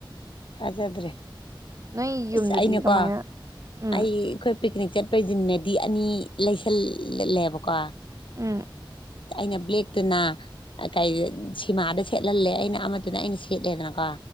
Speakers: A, on the left; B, on the right.
A: ꯊꯥꯖꯗ꯭ꯔꯦ
B: ꯅꯣꯏ ꯌꯨꯝꯗꯗꯤ
A: ꯏꯁ ꯑꯩꯅꯀꯣ
B: ꯀꯃꯥꯏꯅ
A: ꯑꯩ
B: ꯎꯝ
A: ꯑꯩꯈꯣꯏ ꯄꯤꯛꯅꯤꯛ ꯆꯠꯄꯩꯗꯤ ꯅꯥꯗꯤ ꯑꯅꯤ ꯂꯩꯁꯜꯂꯦꯕꯀꯣ
B: ꯎꯝ
A: ꯑꯩꯅꯥ ꯕ꯭ꯂꯦꯛꯇꯨꯅ ꯀꯩ ꯁꯤꯃꯥꯗ ꯁꯦꯠꯍꯜꯂꯦ ꯑꯩꯅ ꯑꯃꯗꯨꯅ ꯑꯩꯅ ꯁꯦꯠꯂꯦꯗꯅꯀꯣ